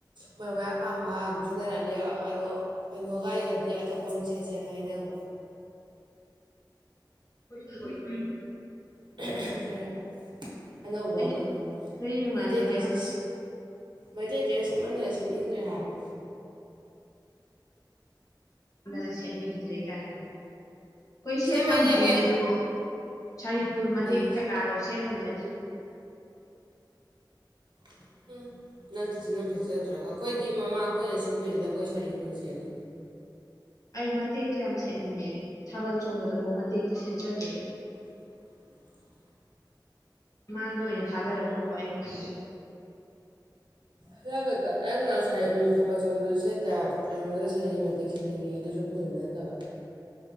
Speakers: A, on the right (about 75°); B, on the left (about 45°).
A: ꯃꯣꯏ ꯃꯣꯏ ꯑꯄꯥꯝꯕ ꯊꯣꯛꯅꯔꯛ ꯑꯅꯤꯕ ꯑꯗꯣ ꯀꯩꯅꯣꯒ ꯑꯩꯒꯗꯤ ꯑꯇꯣꯞꯄ ꯑꯃ ꯁꯦꯠꯆꯦꯅ ꯀꯥꯏꯅꯕ
B: ꯍꯣꯏ
A: ꯑꯩꯈꯔ ꯑꯅꯧꯕ
B: ꯑꯩ
A: ꯑꯃ
B: ꯅꯣꯏ ꯅꯨꯡꯉꯥꯏꯖꯔꯝꯃꯅꯤꯗꯅ
A: ꯃꯩꯇꯩ ꯗ꯭ꯔꯦꯁ ꯃꯩꯇꯩ ꯗ꯭ꯔꯦ ꯁꯦꯠꯃꯟꯗꯅ ꯁꯦꯠꯅꯤꯡꯗ꯭ꯔꯦ ꯍꯥꯏꯕ
B: ꯗꯅ ꯁꯦꯠꯅꯤꯡꯗ꯭ꯔꯦ ꯀꯥꯏꯅꯗ ꯑꯩꯈꯣꯏ ꯁꯦꯠ
A: ꯁꯦꯝꯃꯩꯅꯦ
B: ꯐꯪꯗ꯭ꯔꯤꯅꯦ
A: ꯑꯦ
B: ꯑꯗꯨꯕꯨ ꯁꯔꯤꯐꯨꯜ ꯃꯇꯦꯛ
A: ꯏꯁ
B: ꯀꯩꯀꯥꯗꯣ ꯁꯦꯠ ꯐꯪꯖꯗ꯭ꯔꯤ
A: <inaudible> ꯅꯪ ꯁꯦꯠꯆ ꯅꯪ ꯁꯦꯠꯆꯗ꯭ꯔꯒ ꯑꯩꯈꯣꯏꯗꯤ ꯃꯃꯥ ꯑꯩꯈꯣꯏꯅ ꯁꯤꯟꯕꯩꯗꯨꯗ ꯑꯩꯈꯣꯏ ꯁꯥꯔꯤꯐꯨꯜ ꯁꯦꯜꯂꯤ
B: ꯑꯩ ꯃꯇꯦꯛꯇꯨ ꯌꯥꯝ ꯁꯦꯠꯅꯤꯡꯉꯦ ꯊꯥꯕꯜ ꯆꯣꯡꯕꯗꯐꯧ ꯃꯇꯦꯛꯇꯨ ꯁꯦꯠꯆꯗꯦ ꯑꯩ
A: <inaudible>
B: ꯃꯥꯡꯗ ꯑꯣꯏꯅ ꯊꯥꯗꯔ ꯇꯣꯛꯄ ꯑꯩꯅ ꯐꯤꯗꯣ
A: ꯍ ꯑꯩꯅ ꯊꯥꯕꯜ ꯆꯣꯡꯕꯗꯨꯁꯨ ꯁꯦꯠꯇꯦ ꯑꯩꯉꯣꯟꯗ ꯁꯥ ꯃꯇꯤꯦꯛ ꯁꯦꯠꯅꯤꯡꯉꯤ ꯑꯗꯨꯁꯨ ꯎꯅꯗꯕ